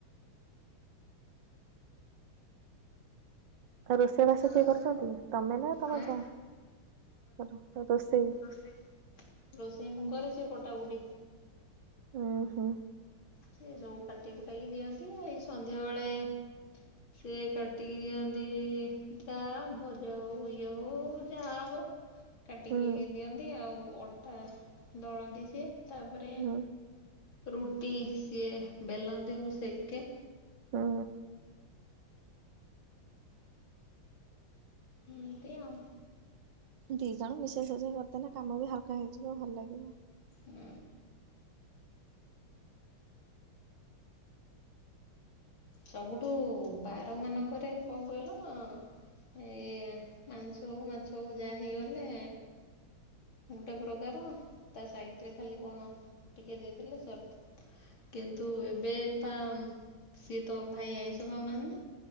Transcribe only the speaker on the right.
ଆଉ ରୋଷେଇ ବାସ
କିଏ କରୁଛନ୍ତି ତମେ ନା ତମ
ଯା ରୋ ରୋଷେଇ?
ଉଁ ହୁଁ।
ହୁଁ
ହୁଁ
ହୁଁ।
ଦି ଜଣ ମିଶେ ସଜ କରିଦେଲେ କାମ ବି ହାଲକା ହେଇଯିବ ଭଲ ଲାଗିବ।